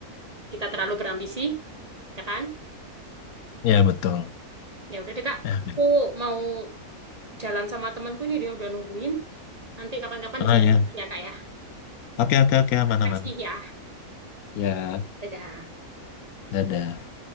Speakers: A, on the right (about 25°); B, on the left (about 75°).
A: kita terlalu berambisi, ya kan?
B: Ya betul.
A: Ya udah deh Kak,
B: Ya.
A: aku mau jalan sama temanku nih dia udah nungguin. Nanti kapan-kapan
B: Oh
A: disambung
B: ya.
A: ya Kak ya.
B: Oke oke oke aman
A: Kasih
B: aman.
A: ya.
B: Ya,
A: Dadah.
B: dadah.